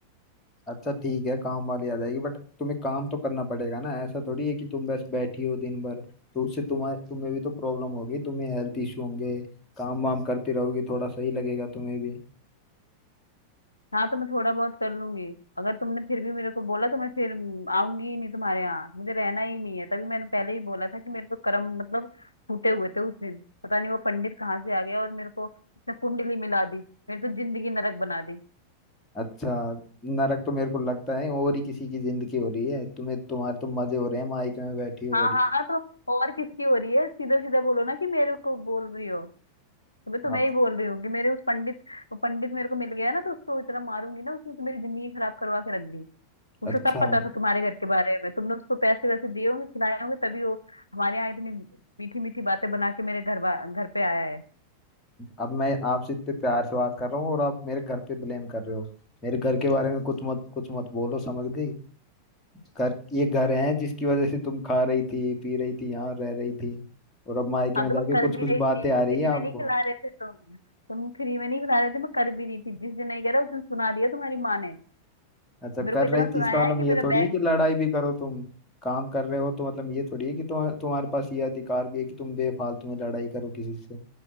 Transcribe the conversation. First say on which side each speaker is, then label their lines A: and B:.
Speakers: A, on the left; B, on the left.
A: अच्छा ठीक है काम वाली आ जाएगी बट तुम्हें काम तो करना पड़ेगा ना ऐसा थोड़ी है कि तुम बस बैठी हो दिन भर तो उससे तुम्हारे तुम्हें भी तो प्रॉब्लम होगी तुम्हें हेल्थ इशू होंगे काम वाम करती रहोगी थोड़ा सही लगेगा तुम्हें भी
B: हाँ तो मैं थोड़ा बहुत कर लूंगी अगर तुमने फिर भी मेरे को बोला तो मैं फिर हम्म, आऊंगी ही नहीं तुम्हारे यहाँ मुझे रहना ही नहीं है तभी मैंने पहले ही बोला था कि मेरे तो कर्म मतलब फूटे हुए थे उस दिन पता नहीं वो पंडित कहाँ से आ गया और मेरे को इसने कुंडली मिला दी मेरी तो जिंदगी नरक बना दी
A: अच्छा नरक तो मेरे को लगता है और ही किसी की जिंदगी हो रही है तुम्हें तुम्हारे तो मजे हो रहे हैं मायके में बैठी हो
B: हाँ
A: बड़ी
B: हाँ हाँ, तो और किसकी हो रही है सीधा सीधा बोलो ना कि मेरे को बोल रही हो अबे तो मैं
A: आप
B: ही बोल रही हूँ कि मेरे उस पंडित वो पंडित मेरे को मिल गया ना तो उसको इतना मारूंगी ना उसने तो मेरी जिंदगी खराब करवा के रख दी उसे
A: अच्छा
B: सब पता था तुम्हारे घर के बारे में तुमने उसको पैसे वैसे दिए होंगे खिलाए होंगे तभी वो हमारे यहाँ इतनी मीठी मीठी बातें बना के मेरे घर बा- घर पे आया है
A: अब मैं आपसे इतने प्यार से बात कर रहा हूँ और आप मेरे घर पे ब्लेम कर रहे हो मेरे घर के बारे में कुछ मत कुछ मत बोलो समझ गई घर ये घर है जिसकी वजह से तुम खा रही थी पी रही थी यहाँ रह रही थी और अब मायके
B: हाँ
A: में
B: तो
A: जाके
B: मैं कर
A: कुछ
B: भी
A: कुछ
B: रही थी
A: बातें आ
B: फ्री
A: रही है
B: में
A: आपको
B: नहीं खिला रहे थे तुम तुम फ्री में नहीं खिला रहे थे मैं कर भी रही थी जिस दिन नहीं कह रहा उस दिन सुना दिया तुम्हारी माँ ने
A: अच्छा
B: और मेरे
A: कर
B: को इतना
A: रही
B: सुनाया
A: थी इसका मतलब
B: है कि
A: ये
B: मेरा
A: थोड़ी
B: बैग
A: है कि लड़ाई भी करो तुम काम कर रहे हो तो मतलब ये थोड़ी है कि तुम तुम्हारे पास ये अधिकार भी है कि तुम बेफालतू में लड़ाई करो किसी से